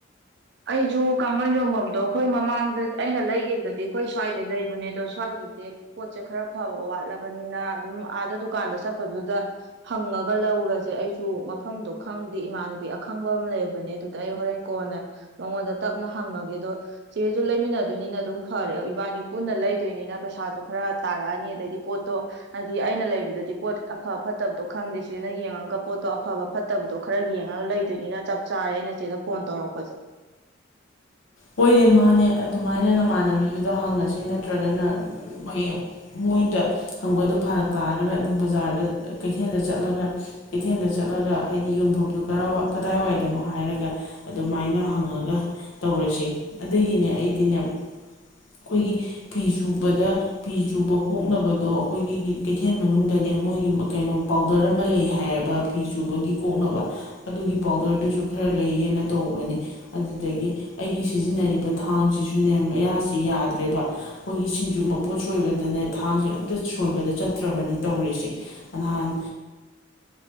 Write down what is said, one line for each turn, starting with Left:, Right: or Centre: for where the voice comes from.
Right: ꯑꯩꯖ ꯀꯥꯡꯒꯟ ꯌꯣꯡꯐꯝꯗꯣ ꯑꯩꯈꯣꯏ ꯃꯃꯥꯡꯗ ꯑꯩꯅ ꯂꯩꯒꯤꯕꯗꯗꯤ ꯑꯩꯈꯣꯏ ꯁ꯭ꯋꯥꯏꯗ ꯂꯩꯕꯅꯦ ꯑꯗꯣ ꯁ꯭ꯋꯥꯏꯒꯤꯁꯦ ꯄꯣꯠꯁꯦ ꯈꯔ ꯐꯕ ꯋꯥꯠꯂꯕꯅꯤꯅ ꯑꯗꯨꯝ ꯑꯥꯗ ꯗꯨꯀꯥꯟꯗ ꯆꯠꯄꯗꯨꯗ ꯍꯪꯉꯒ ꯂꯧꯔꯖꯦ ꯑꯩꯁꯨ ꯃꯐꯝꯗꯣ ꯈꯪꯗꯦ ꯏꯃꯥꯟꯅꯕꯤ ꯑꯈꯪꯕ ꯑꯃ ꯂꯩꯕꯅꯦ ꯑꯗꯨꯗ ꯑꯩ ꯍꯣꯔꯦꯟ ꯀꯣꯟꯅ ꯃꯉꯣꯟꯗ ꯇꯞꯅ ꯍꯪꯉꯒꯦ ꯑꯗꯣ ꯆꯦꯁꯨ ꯂꯩꯃꯤꯟꯅꯗꯣꯏꯅꯤꯅ ꯑꯗꯨꯝ ꯐꯔꯦ ꯏꯕꯥꯅꯤ ꯄꯨꯟꯅ ꯂꯩꯗꯣꯏꯅꯤꯅ ꯄꯩꯁꯥꯁꯨ ꯈꯔ ꯇꯥꯔꯛꯑꯅꯤ ꯑꯗꯩꯗꯤ ꯄꯣꯠꯇꯣ ꯍꯥꯏꯗꯤ ꯑꯩꯅ ꯂꯩꯕꯗꯗꯤ ꯄꯣꯠ ꯑꯐ ꯐꯠꯇꯕꯗꯣ ꯈꯪꯗꯦ ꯆꯦꯅ ꯌꯦꯡꯉꯒ ꯄꯣꯠꯇꯣ ꯑꯐꯕ ꯐꯠꯇꯕꯗꯣ ꯈꯔ ꯌꯦꯡꯉꯒ ꯂꯩꯗꯣꯏꯅꯤꯅ ꯆꯞ ꯆꯥꯔꯦ ꯑꯩꯅ ꯆꯦꯗ ꯐꯣꯟ ꯇꯧꯔꯛꯄꯁꯦ
Left: ꯍꯣꯏꯅꯦ ꯃꯥꯅꯦ ꯑꯗꯨꯃꯥꯏꯅ ꯅꯃꯥꯟꯅꯕꯤꯗꯨꯗ ꯍꯪꯉꯁꯤ ꯅꯠꯇ꯭ꯔꯒꯅ ꯍꯌꯦꯡ ꯃꯣꯏꯗ ꯍꯪꯕꯗꯨ ꯐꯥꯔꯛ ꯇꯥꯔꯒꯅ ꯑꯗꯨꯝ ꯕꯖꯥꯔꯗ ꯀꯩꯊꯦꯜꯗ ꯆꯠꯂꯒ ꯀꯩꯊꯦꯜꯗ ꯆꯠꯂꯒ ꯍꯥꯏꯗꯤ ꯌꯣꯟꯐꯝꯗꯨ ꯀꯗꯥꯏꯋꯥꯏꯗꯅꯣ ꯍꯥꯏꯔꯒ ꯑꯗꯨꯃꯥꯏꯅ ꯍꯪꯉꯒ ꯇꯧꯔꯁꯤ ꯑꯗꯨꯒꯤꯅꯦ ꯑꯩꯗꯤꯅꯦ ꯑꯩꯈꯣꯏꯒꯤ ꯐꯤ ꯁꯨꯕꯗ ꯐꯤ ꯆꯨꯕ ꯀꯣꯛꯅꯕꯗꯣ ꯑꯩꯈꯣꯏꯒꯤ ꯀꯩꯊꯦꯜ ꯃꯅꯨꯡꯗꯅꯦ ꯃꯣꯏꯒꯤ ꯀꯩꯅꯣ ꯄꯥꯎꯗꯔ ꯑꯃ ꯂꯩ ꯍꯥꯏꯌꯦꯕ ꯐꯤ ꯆꯨꯕꯒꯤ ꯀꯣꯛꯅꯕ ꯑꯗꯨꯒꯤ ꯄꯥꯎꯗꯔꯗꯨꯁꯨ ꯈꯔ ꯂꯩꯒꯦꯅ ꯇꯧꯕꯅꯦ ꯑꯗꯨꯗꯒꯤ ꯑꯩꯒꯤ ꯁꯤꯖꯤꯟꯅꯔꯤꯕ ꯊꯥꯡꯁꯤꯁꯨꯅꯦ ꯃꯌꯥꯁꯤ ꯌꯥꯗ꯭ꯔꯦꯕ ꯑꯩꯈꯣꯏꯒꯤ ꯁꯤꯡꯖꯨ ꯃꯄꯣꯠ ꯁꯣꯏꯕꯗꯅꯦ ꯊꯥꯡꯁꯦ ꯑꯝꯇ ꯁꯣꯏꯕꯗ ꯆꯠꯇ꯭ꯔꯕꯅꯤ ꯇꯧꯔꯤꯁꯦ ꯅꯍꯥꯟ